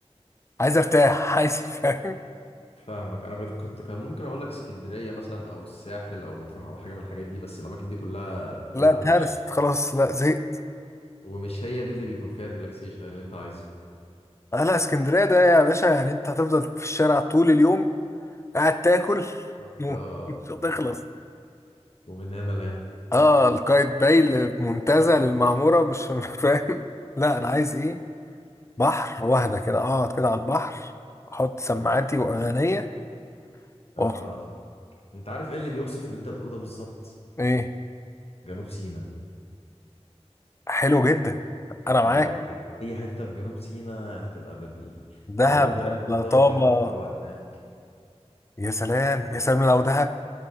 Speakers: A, on the left (about 25°); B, on the left (about 60°).
A: عايز ارتاح <laughs> عايز فاهم
B: فاهمك انا كنت كنت كان ممكن اقول لك اسكندريه مثلا او الساحل او مطروح او حاجه من الحاجات دي بس الاماكن دي كلها
A: لا
B: لا
A: اتهرست
B: مش
A: خلاص لا زهقت
B: ومش هي دي اللي بيكون فيها الريلاكسيشن اللي انت عايزه
A: آه لا اسكندريه ده يا باشا يعني انت هتفضل في الشارع طول اليوم قاعد تاكل
B: اه
A: نوم
B: آه.
A: <laughs> مش هتخلص
B: ومن هنا لهنا
A: اه القايتباي المنتزه للمعموره مش <laughs> فاهم لا انا عايز ايه بحر واحدة كده اقعد كده على البحر احط سماعاتي واغانية و...
B: اه اه فاهم انت عارف ايه اللي بيوصف اللي انت بتقوله ده بالظبط
A: ايه
B: جنوب سيناء
A: حلو جدا انا معاك
B: ايه رايك اي أي حته في جنوب سيناء هتبقى بال
A: دهب
B: اللي هو انت رايح
A: ولا
B: قدام
A: طابة
B: البحر وتروق دماغك
A: يا سلام يا سلام لو دهب